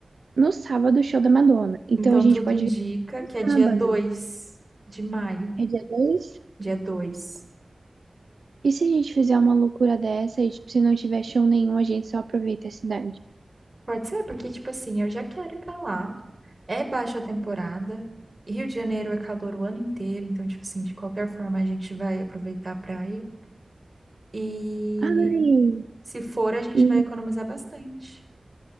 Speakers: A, on the right; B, on the right.
A: no sábado o show da Madonna. Então
B: Então,
A: a gente
B: tudo
A: pode
B: indica
A: ver no
B: que
A: sábado.
B: é dia 2 de maio.
A: É dia 2.
B: Dia 2.
A: E se a gente fizer uma loucura dessa e, tipo, se não tiver show nenhum, a gente só aproveita a cidade?
B: Pode ser, porque, tipo assim, eu já quero ir pra lá. É baixa temporada. Rio de Janeiro é calor o ano inteiro. Então, tipo assim, de qualquer forma, a gente vai aproveitar a praia. E
A: Ai,
B: se for, a gente
A: e,
B: vai economizar bastante. <gasps>